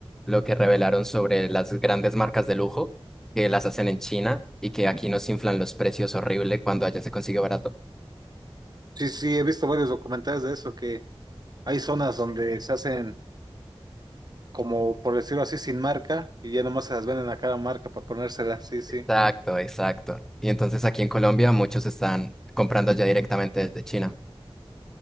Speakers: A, in the centre; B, on the right.
A: lo que revelaron sobre las grandes marcas de lujo que las hacen en China y que aquí nos inflan los precios horrible cuando allá se consigue barato.
B: Sí, sí, he visto varios documentales de eso, que hay zonas donde se hacen como, por decirlo así, sin marca y ya nomás se las venden a cada marca para ponérselas, sí, sí.
A: Exacto, exacto. Y entonces aquí en Colombia muchos están comprando allá directamente desde China.